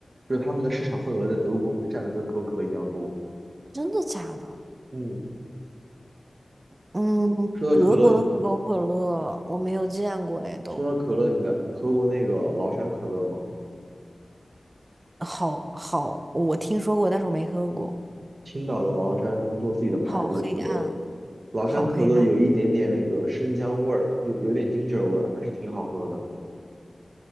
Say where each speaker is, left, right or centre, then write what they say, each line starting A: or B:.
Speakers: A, on the right; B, on the right.
A: 就是他们的市场份额在德国可能占的跟可口可乐一样多。
B: 真的假的？
A: 嗯，
B: 嗯，
A: 说到可乐，
B: 德国的可口可乐我没有见过哎，都
A: 说到可乐，你来，你喝过那个崂山可乐吗？
B: 好好，我听说过，但是我没喝过，
A: 青岛的崂山，他们做自己的牌子的可乐。
B: 好黑暗啊，
A: 老山可乐有一点点那个生姜味儿，
B: 好黑暗啊。
A: 就有点 ginger 味儿，还是挺好喝的。